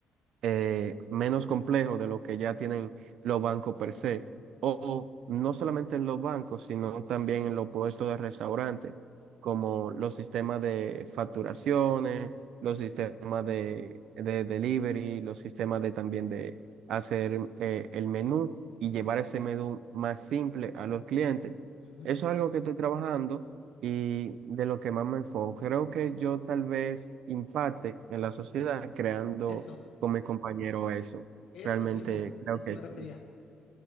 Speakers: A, on the right; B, on the left.
A: eh, menos complejo de lo que ya tienen los bancos per se. O no solamente en los bancos, sino también en los puestos de restaurante, como los sistemas de facturaciones, los
B: Entiendo.
A: sistemas de, de delivery, los sistemas de también de hacer eh, el menú y llevar ese menú más simple a los clientes.
B: Ujú.
A: Eso es algo que estoy trabajando y de lo que más me enfoco. Creo que yo tal vez impacte en la sociedad creando
B: Eso,
A: con mi compañero eso.
B: eso
A: Realmente
B: mismo,
A: creo
B: eso
A: que
B: me
A: sí,
B: refería.